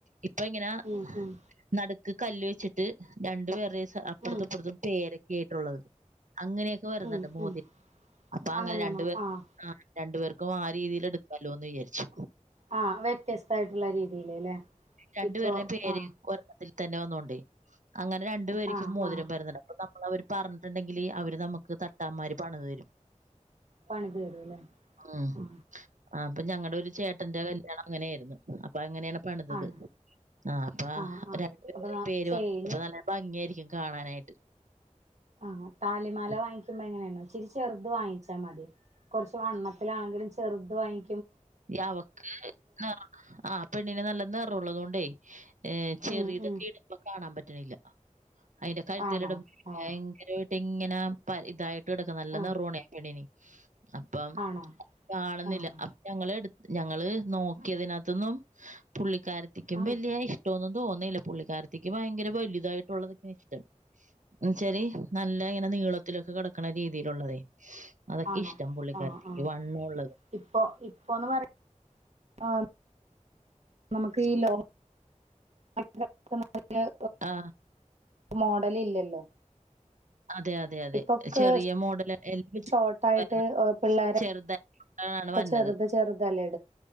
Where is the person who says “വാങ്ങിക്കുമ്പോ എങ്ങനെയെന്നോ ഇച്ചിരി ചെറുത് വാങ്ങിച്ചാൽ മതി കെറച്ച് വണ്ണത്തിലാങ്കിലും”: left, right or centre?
Right